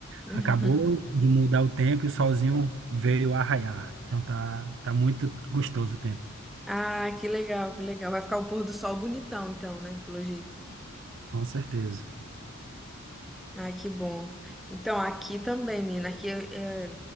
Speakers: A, in the centre; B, on the right.
A: Hum.
B: Acabou de mudar o tempo e o solzinho veio arraiar. Então tá, tá muito gostoso o tempo,
A: Ah, que legal, que legal. Vai ficar o pôr do sol bonitão, então, né? Pelo jeito.
B: com certeza.
A: Ah, que bom. Então, aqui também, menina. Aqui é, é,